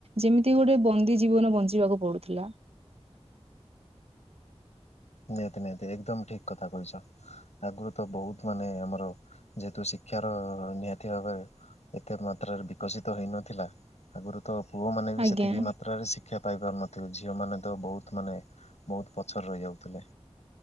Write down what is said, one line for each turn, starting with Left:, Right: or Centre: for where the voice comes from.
Right: ଯେମିତି ଗୋଟେ ବନ୍ଦୀ ଜୀବନ ବଞ୍ଚିବାକୁ ପଡୁ଼ଥିଲା। <inaudible>
Left: ନିହାତି ନିହାତି ଏକଦମ୍ ଠିକ୍ କଥା କହିଛନ୍ତି ଆଗରୁ ତ ବହୁତ୍ ମାନେ ଆମର ଯେହେତୁ ଶିକ୍ଷାର ନିହାତି ଭାବରେ ଏତେ ମାତ୍ରାରେ ବିକଶିତ ହେଇନଥିଲା ଆଗରୁ ତ ପୁଅ ମାନେ ବି
Right: ଆଜ୍ଞା
Left: ସେତିକି ମାତ୍ରାରେ ଶିକ୍ଷା ପାଇ ପାରୁନଥିବେ। ଝିଅମାନେ ତ ବହୁତ୍ ମାନେ ବହୁତ୍ ପଛରେ ରହିଯାଉଥିଲେ।